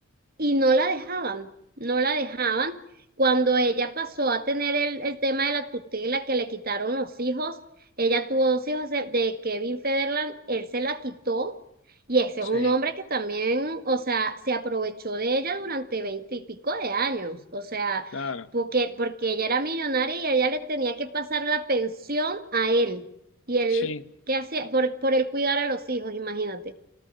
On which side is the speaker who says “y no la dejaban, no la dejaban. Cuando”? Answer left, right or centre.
Right